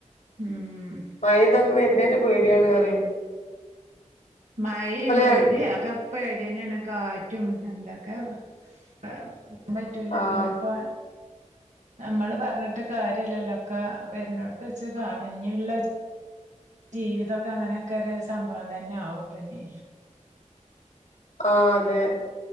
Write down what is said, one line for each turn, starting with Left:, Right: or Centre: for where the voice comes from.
Right: ഉം
Left: മഴിം ഇതൊക്കെ വെര്നന്നെ പേടിയാണ് പറ്യേ
Right: മയിം,
Left: ആഹ്
Right: ഇടിം ഒക്കെ പേടിയന്നേണ് കാറ്റും എന്തൊക്കെ വ പറ്റൂല
Left: ആഹ്
Right: പിന്നെപ്പ നമ്മള് പർഞ്ഞിട്ട് കാര്യല്ലല്ലോ ഒക്കെ വെര്നോട്ത്തച്ച് കാണ ഇഞ്ഞ്ള്ളെ ജീവിതം ഒക്കെ അങ്ങനെക്കെ ഒരു സംഭവം തന്നെ ആവും ഇപ്പ ഇഞ്ഞ്
Left: ആഹ് അതെ